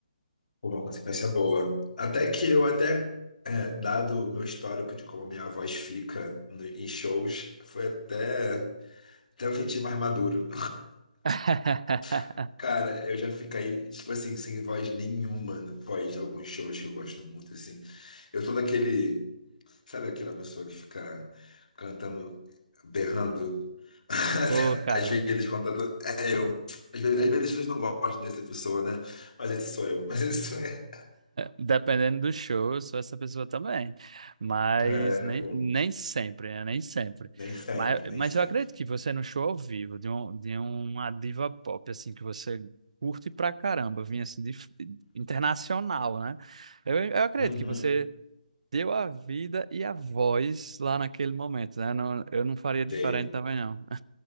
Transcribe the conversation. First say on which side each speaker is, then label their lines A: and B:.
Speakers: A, on the left (about 70°); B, on the right (about 55°).
A: Por Uma consequência boa. Até que eu até, é, dado o meu histórico de como minha voz fica no- em shows, foi até, até eu sentir mais maduro.
B: <laughs>
A: <laughs> Cara, eu já fiquei, tipo assim, sem voz nenhuma no pós alguns shows que eu gosto muito, assim. Eu sou daquele. Sabe aquela pessoa que fica cantando, berrando? <laughs>
B: Pô, cara.
A: Às vezes, contando. É eu. Às vezes, às vezes as pessoas não gostam dessa pessoa, né? Mas esse sou eu. <laughs> Mas isso é.
B: Dependendo do show, eu sou essa pessoa também. Mas
A: É,
B: nem,
A: pô,
B: nem sempre, né? Nem sempre.
A: nem sempre,
B: Mas,
A: nem
B: mas
A: sempre.
B: eu acredito que você no show ao vivo, de, um, de uma diva pop, assim, que você curte pra caramba, vinha assim, de, internacional, né? Eu, eu acredito
A: Uhum.
B: que você deu a vida e a voz lá naquele momento, né? Não, eu não faria
A: Dei.
B: diferente também, não.